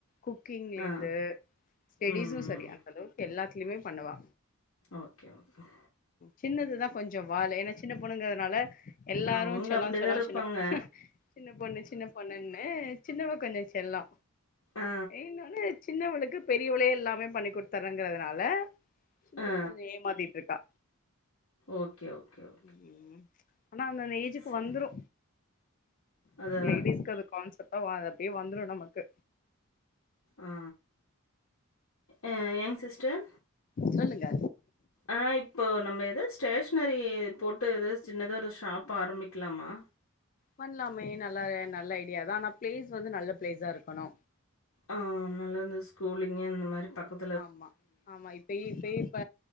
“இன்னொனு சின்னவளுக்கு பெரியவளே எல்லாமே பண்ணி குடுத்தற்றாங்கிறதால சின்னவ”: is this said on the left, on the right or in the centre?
Left